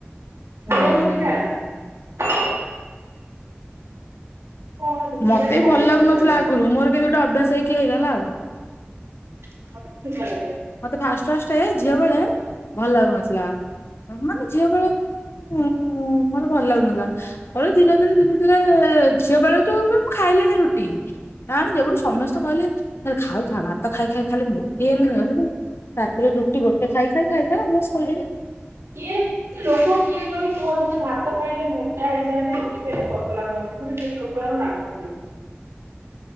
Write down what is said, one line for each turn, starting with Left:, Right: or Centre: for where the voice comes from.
Left: ହୁଁ
Right: ମୁଁ ରୁଟି ଖାଏନା। କଣ ରୁଟିରା
Left: ମତେ
Right: ଖାଇବାକୁ
Left: ଭଲ ଲାଗୁନଥିଲା
Right: ଦେଲେ
Left: ଆଗରୁ ମୋର କେମିତି ଗୋଟେ ଅଭ୍ୟାସ ହେଇକି ହେଇଗଲା ଆଉ।
Right: <unintelligible>
Left: ମତେ ଫାଷ୍ଟ ଫାଷ୍ଟ ଝିଅ ବେଳେ ଭଲ ଲାଗୁନଥିଲା ମାନେ ଝିଅ ବେଳେ ହୁଁ ମତେ ଭଲ ଲାଗୁନଥିଲା। ଫରେ ଧୀରେ ଧୀରେ ଧୀରେ ଧୀରେ ଝିଅ ବେଳଠୁ ମୁଁ ଖାଇଲିନି ରୁଟି। ନାଣ ଯେବେଠୁ ସମସ୍ତେ କହିଲେ ଖାଉଥା ଭାତ ଖାଇ ଖାଇ ଖାଲି ମୋଟି ହେଲୁଣୁ। ରାତିରେ ରୁଟି ଗୋଟେ ଖାଇ ଖାଇ ଖାଇକା ମୁଁ ଶୋଇଲି।
Right: କିଏ ସେ ଲୋକ କିଏ କୁହନ୍ତି କଣ ଯେ ଭାତ ଖାଇକଲେ ମୋଟା ହେଇଯାଆନ୍ତି। ରୁଟି ଖାଇଲେ ପତଳା ହୁଅନ୍ତି। ମାନେ ସେ ପତଳା କୁ ରାନ୍ଧନ୍ତି।